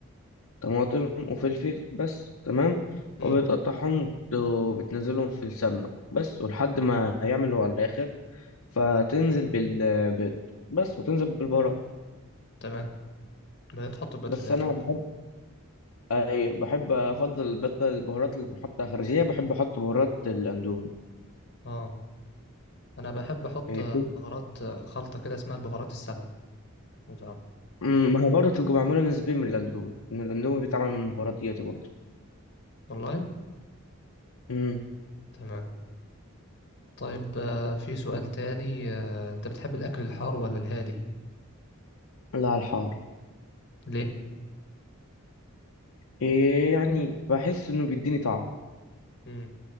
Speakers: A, on the left; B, on the left.
A: طماطم وفلفل بس تمام
B: امم
A: وبتقطعهم وبت- وبتنزلهم في السمنة بس ولحد ما يعملوا على الآخر فتنزل بالبيض بس وتنزل بالبهارات
B: تمام بعدين تحط البيض
A: بس
B: في الاخر
A: انا بحب
B: بقى
A: أي بحب افضل بدل البهارات اللي بنحطها خارجيه بحب احط بهارات الاندومي
B: اه انا بحب احط
A: إيه، بتب-
B: بهارات خلطة كده اسمها البهارات السبعة لو تعرف
A: أمم، ما هي برضه تبقى معموله نسبيا من الاندومي ان الاندومي بيتعمل من البهارات ديت برضه
B: والله
A: امم
B: تمام طيب آه، في سؤال تاني آه، انت بتحب الاكل الحار ولا الهادي
A: لا على الحار
B: ليه
A: إيه يعني بحس انه بيديني طعم
B: امم